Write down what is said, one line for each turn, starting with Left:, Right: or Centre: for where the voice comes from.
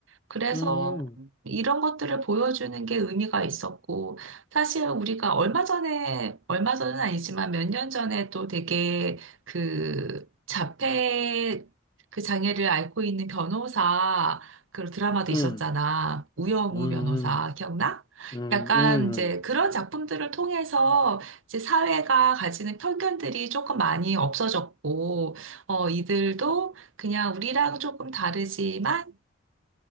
Right: 그래서
Left: 음.
Right: 이런 것들을 보여주는 게 의미가 있었고, 사실 우리가 얼마 전에, 얼마 전은 아니지만 몇 년 전에 또 되게 그 자폐 그 장애를 앓고 있는 변호사 그 드라마도
Left: 음.
Right: 있었잖아. 우영우
Left: 음.
Right: 변호사, 기억나?
Left: 음.
Right: 약간
Left: 음. 음.
Right: 이제 그런 작품들을 통해서 이제 사회가 가지는 편견들이 조금 많이 없어졌고, 어, 이들도 그냥 우리랑 조금 다르지만